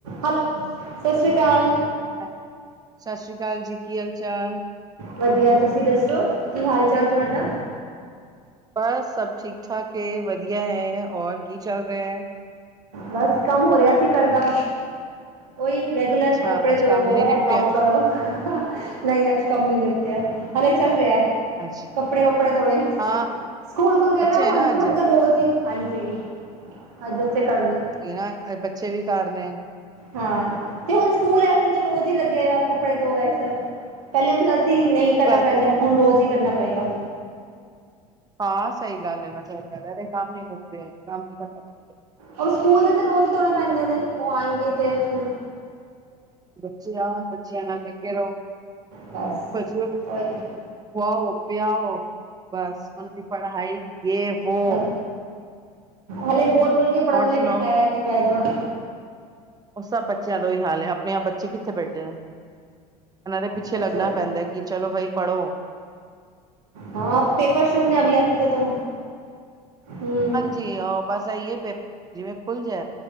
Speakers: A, on the right (about 70°); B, on the right (about 20°).
A: Hello ਸਤਿ ਸ਼੍ਰੀ ਅਕਾਲ।
B: ਹਾਂਜੀ ਸਤਿ ਸ੍ਰੀ ਅਕਾਲ ਜੀ। ਕੀ ਹਾਲ ਚਾਲ
A: ਵਧੀਆਂ ਤੁਸੀਂ ਦੱਸੋਂ ਕੀ ਹਾਲ ਚਾਲ ਤੁਹਾਡਾ।
B: ਬਸ ਸਭ ਠੀਕ ਠਾਕ ਏਂ ਵਧੀਆਂ ਹੈਂ। ਔਰ ਕੀ ਚੱਲ ਰਿਹਾਂ ਏਂ।
A: ਬਸ ਕੰਮ ਹੋ ਰਿਹਾਂ ਸੀ ਘਰ‌ ਦਾ। ਉਹੀ ਰਹਿ ਰੈਗੂਲਰ
B: ਅੱਛਾ
A: ਕੱਪੜੇ
B: ਅੱਜ
A: ਧੋਵੋ।
B: ਕੰਮ ਨੀ
A: ਇਹ
B: ਨਿਪਟਿਆ
A: ਕੰਮ ਕਰੋਂ। ਨਹੀਂ ਅੱਜ਼ ਕੰਮ ਨੀਂ ਨਿੱਪਟਿਆ ਹਲੇ ਚੱਲ ਰਿਹਾਂ।
B: ਅੱਛਾ
A: ਕੱਪੜੇ ਵੱਪੜੇ ਧੋਣੇ।
B: ਹਾਂ ਹਾਂ
A: ਸਕੂਲ ਖੁੱਲ ਗਏ
B: ਬੱਚੇ
A: ਨਾ ਹੁਣ
B: ਹੈ
A: ਤੇ
B: ਅੱਜ
A: ਹੁਣ
B: ਉਹ
A: ਤੇ ਰੋਜ਼ ਹੀ। ਹਾਂਜੀ। ਅੱਜ ਉੱਥੇ ਕਰਨੇਂ।
B: ਵੀ ਨਾ ਅੱਜ ਬੱਚੇ ਵੀ ਘਰ ਨੇਂ।
A: ਹਾਂ ਤੇ ਹੁਣ ਸਕੂਲ ਹੈਂ। ਹੁਣ ਤੇ ਰੋਜ਼
B: ਹਾਂਜੀ
A: ਹੀ ਲੱਗੇਂ ਆ ਕੱਪੜੇ ਧੋ ਇਹ ਸਭ। ਪਹਿਲੇ ਹੁੰਦਾਂ ਸੀ ਨਹੀਂ
B: ਉਹ
A: ਕਰਨਾਂ
B: ਗੱਲ
A: ਪੈਂਦਾਂ।
B: ਤੇ
A: ਪਰ ਹੁਣ ਰੋਜ਼ ਹੀ ਕਰਨਾਂ ਪਏਗਾ।
B: ਹਾਂ ਸਹੀ ਗੱਲ਼ ਏਂਨਾ ਚਿਰ ਇਹਨਾਂ ਦੇ ਕੰਮ ਨੀਂ ਮੁੱਕਦੇ ਮੁੱਕਦੇ। ਕੰਮ ਖਤਮ
A: ਉਹ ਸਕੂਲ ਦੇ ਤੇ ਰੋਜ਼ ਹੀ ਧੋਣੇ ਪੈਂਦੇ ਨੇਂ। ਉਹ ਆਏਂਗੀ ਤੇ ਫ਼ਿਰ।
B: ਬੱਚੇ ਆਣ ਬੱਚਿਆਂ ਨਾਲ ਲੱਗੇਂ ਰਹੋਂ।
A: ਬਸ
B: ਖਵਾਓ
A: ਉਹੀ
B: ਪਿਆਓ ਬਸ ਉਹਨਾਂ ਦੀ ਪੜ੍ਹਾਈ ਯੇ ਵੋ।
A: ਬਸ ਹਲੇ ਬੋਲ ਬੋਲ ਕੇ ਪੜ੍ਹਨ
B: ਹੋਰ
A: ਲਈ
B: ਸੁਣਾਓ
A: ਬਿਠਾਇਆ ਕਿ ਬਹਿ ਜਾਓ।
B: ਉਹ ਸਭ ਬੱਚਿਆਂ ਦਾ ਉਹੀ ਹਾਲ ਏਂ। ਆਪਣੇਂ ਆਪ ਬੱਚੇ ਕਿੱਥੇ ਬੈਠਦੇ ਨੇਂ। ਇਹਨਾਂ ਦੇ ਪਿੱਛੇ
A: ਬਸ
B: ਲੱਗਣਾਂ ਪੈਂਦਾਂ ਕਿ ਚਲੋਂ ਬਾਈ ਪੜ੍ਹੋਂ।
A: ਹਾਂ ਪੇਪਰ ਸ਼ੁਰੂ ਨੇਂ ਅਗਲੇ ਹਫ਼ਤੇ ਤੋਂ। ਹੂੰ
B: ਜੀ ਬਸ ਅਇਓ ਪੇਪ ਜਿਵੇਂ ਖੁੱਲ ਜੇ